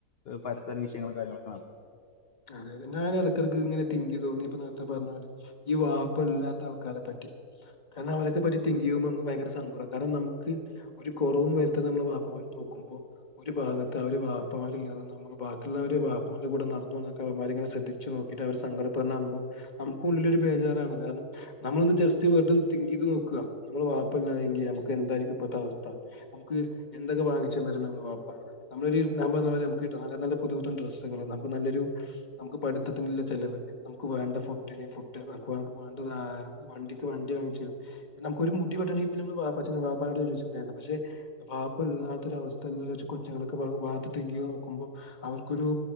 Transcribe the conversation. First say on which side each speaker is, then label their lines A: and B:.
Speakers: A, on the left; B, on the left.
A: പരസ്പര വിഷയങ്ങളും കാര്യങ്ങളൊക്കെ ആണ്.
B: അതെ ഞാൻ ഇടക്ക്ടക്ക് ഇങ്ങനെ തിൻങ്ക് ചെയ്തു നീ ഇപ്പൊ നേരത്തെ പറഞ്ഞോലെ ഈ വാപ്പ ഇല്ലാത്ത ആൾക്കാരെ പറ്റി. കാരണം അവരക്കെ പറ്റി തിങ്ക് ചെയ്യുമ്പോ നമുക്ക് ഭയങ്കര സങ്കടാണ്. കാരണം നമുക്ക് ഒരു കൊറവും വരുത്താതെ നമ്മളെ വാപ്പമാര് നോക്കുമ്പോ. ഒരു ഭാഗത്ത് ആ ഒരു വാപ്പമാരില്ലാതെ നമ്മള് ബാക്കിള്ളവര് വാപ്പാന്റെ കൂടെ നടന്ന് പോണത് - അവരെങ്ങനെ ശ്രദ്ധിച്ച് നോക്കിട്ട് അവര് സങ്കടപെട്ണ കാണുമ്പോ നമുക്കു ഉള്ളിലൊരു ബേജാറാണ് കാരണം നമ്മളൊന്ന് ജസ്സ് വെറുതെ ഒന്ന് തിൻക് ചെയ്ത് നോക്ക്ക നമ്മള് വാപ്പല്ലാതെങ്കിൽ നമുക്ക് എന്തായിരിക്കും ഇപ്പഴത്തെ അവസ്ഥ നമുക്ക് എന്തൊക്കെ വാങ്ങിച്ചു തന്നീരുന്നതാ നമ്മളെ വാപ്പ. നമ്മളൊരു ഞാൻ പറഞ്ഞ പോലെ നമുക്ക് <unintelligible> ക്ക്ട്ടണം പുതു പുത്തൻ ഡ്രസ്സുകളും നമുക്ക് നല്ലൊരു നമ്മക്ക് പടുത്തത്തിനുള്ള ചെലവ്. നമുക്ക് വേണ്ട ഫുഡ്‌ന് ഫുഡ് നമു വേണ്ട വണ്ടി വണ്ടി വാങ്ങിച്ചു തരും നമുക്കൊരു മുടി വെട്ടണെങ്കിപോലും വാപച്ചിനോട്‌ വാപ്പാനോട്‌ ചോയ്ക്കണം പക്ഷേ വാ ഇപ്പ ഇല്ലാത്തൊരവസ്ഥ കൊച്ചങ്ങളൊക്കെ വളർന്ന് തിങ്ക് ചെയ്ത് നോക്കുമ്പോൾ അവർക്കൊരു